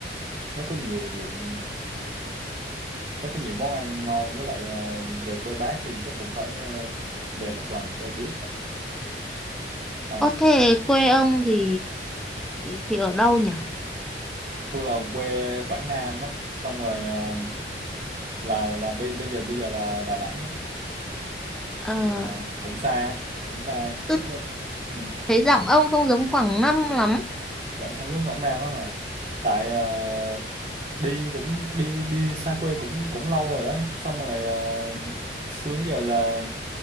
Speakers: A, on the right (about 35°); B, in the centre.
A: nó có nhiều điểm nó có nhiều món ăn ngon với lại ờ, về quê bác thì chắc cũng phải ờ, về một lần cho biết á. ha
B: có thể quê ông thì thì ở đâu nhỉ?
A: tôi là quê Quảng Nam á xong rồi ờ, là là bây bây giờ bây giờ là Đà Nẵng á.
B: Ờ,
A: Ờ, cũng xa cũng xa
B: tôi
A: đúng vậy ừ.
B: thấy giọng ông không giống Quảng Nam lắm.
A: giọng không giống Quảng Nam lắm mà tại ờ, đi cũng đi đi xa quê cũng cũng lâu rồi đó xong rồi ờ, xưa đến giờ là